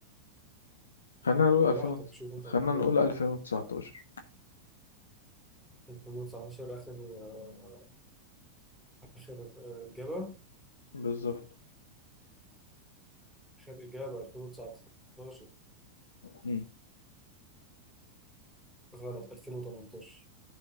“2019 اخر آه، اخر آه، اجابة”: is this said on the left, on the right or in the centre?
Centre